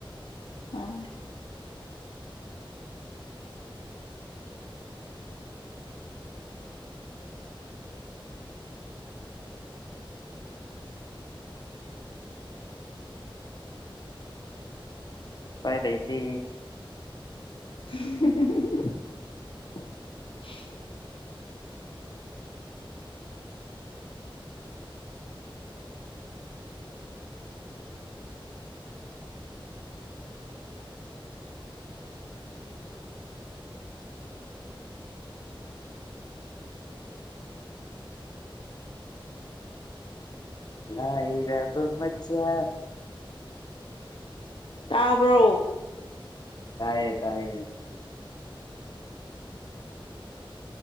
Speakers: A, on the left; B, on the left.
A: ꯑꯥ
B: ꯎꯄꯥꯏ ꯂꯩꯇꯦ
A: <unintelligible>
B: ꯂꯥꯏꯔꯕ ꯃꯆꯥ
A: ꯇꯥꯕ꯭ꯔꯣ
B: ꯇꯥꯏꯌꯦ ꯇꯥꯏꯌꯦ